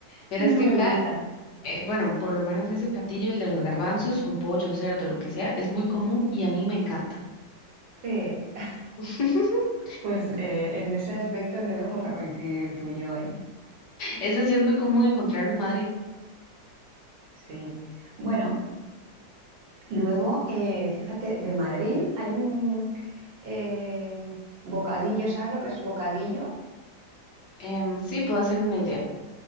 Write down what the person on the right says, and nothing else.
No
me
gusta.
Sí. <laughs>
Pues eh, en ese aspecto no íbamos a coincidir tú y yo, ¿eh?
Sí. Bueno, luego, eh, fíjate, de Madrid hay un eh, bocadillo. ¿Sabes lo que es bocadillo?